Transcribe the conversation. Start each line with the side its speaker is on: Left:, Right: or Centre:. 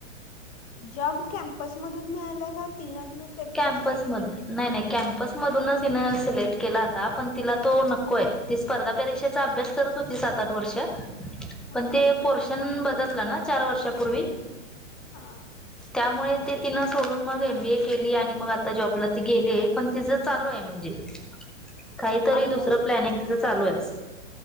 Left: जम्प कॅम्पस मधून मिळाला का तीन तिन सेपरेट
Centre: कॅम्पस
Left: असाय.
Centre: मधून नाही नाही कॅम्पस. <inaudible> मधून तिन सिलेक्ट केला होता पण तिला तो नकोय ती स्पर्धा परीक्षेचा अभ्यस. तरत होती सात आठ वर्ष.
Left: हा
Centre: पण ते पोर्शन बदललं ना चार वर्षापूर्वी.
Left: हं.
Centre: त्यामुळे ते तिनं सोडून मग एम. बी. ए. केल. केली आणि मग आता जॉबला ते गेले हे पण तिचं चालू आहे म्हणजे. काहीतरी
Left: अभ्यास
Centre: दुसरं प्लॅनिंग
Left: का
Centre: तिचं चालू आहेस.